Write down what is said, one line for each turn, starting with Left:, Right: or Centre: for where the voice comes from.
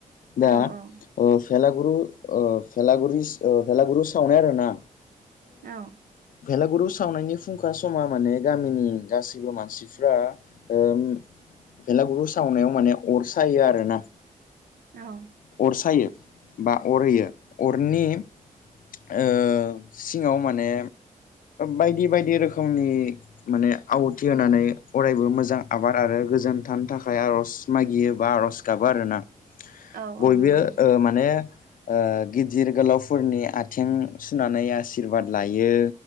Left: दा
Right: औ औ
Left: अ भेलागुरु ओ भेलागुरिस ओ भेलागुरु सावनाय आरो ना?
Right: औ
Left: भेलागुरु सावनायनि फुंखा समा माने गामिनि गासैबो मानसि फ्रा ओ उम भेलागुरु सावनायाव माने अर सायो आरो ना।
Right: औ
Left: अर सायो बा अर होयो अर नि ओ सिङाव माने बायदि बायदि रोखोमनि माने आहुथि होनानै अरायबो मोजां आबाद आरो गोजोन थानो थाखाय आरज मा गियो बा आरज गाबो आरोना
Right: औ औ
Left: बयबो
Right: नंगौ
Left: ओ माने ओ गिदिर गोलावफोरनि आथिं सुनानै आसिरबाद लायो।